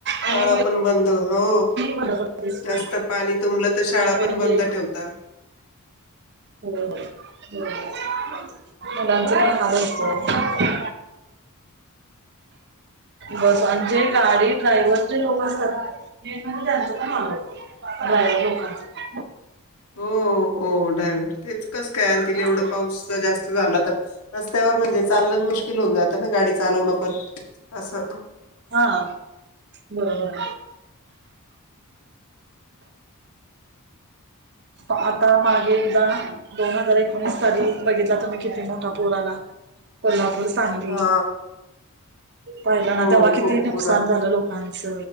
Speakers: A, on the left (about 75°); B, on the right (about 50°).
A: शाळा
B: आणि
A: पण बं द हो
B: भडकते स्कूल
A: जास्त पाणी तुंबलं तर शाळा
B: आणि
A: पण
B: म्हणजे
A: बंद ठेवता
B: हो हो हो हो मुलाचं पण हाल होता बस अन् जे गाडी ड्रायव्हर जे लोक असतात ना <unintelligible> <inaudible> लोकांचं का
A: हो हो हो ड्रायव्हर तेच कस काय आणतील
B: हा
A: एवढं पाऊस जास्त झाला तर र... स्त्यावर म्हणजे चालणचं मुश्किल होऊन जातं ना गाडी चालवणं पण असं
B: हा बरोबर
A: <inaudible>
B: आता मागे एकदा दोन हजार एकोणीस साली बघितला तुम्ही किती मोठा पूर आला. कोल्हापूर, सांगली
A: हा
B: पाहिलं
A: हो
B: ना तेव्हा
A: खूप
B: किती नुकसान
A: पूर आला
B: झालं लोकांच?